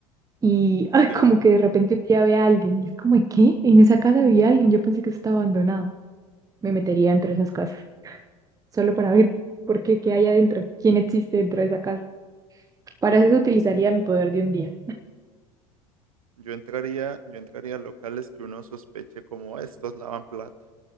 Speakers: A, on the right; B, on the right.
A: y <laughs> ah,
B: Sí.
A: como que de repente un día ve a alguien y es como, ¿qué? En esa casa había alguien, yo pensé que eso estaba abandonado. Me metería dentro de esas casas. solo para ver por qué, qué hay adentro, quién existe dentro de esa casa. Para eso utilizaría mi poder de un día.
B: Yo entraría, yo entraría a locales que uno sospeche como "Ah, estos lavan plata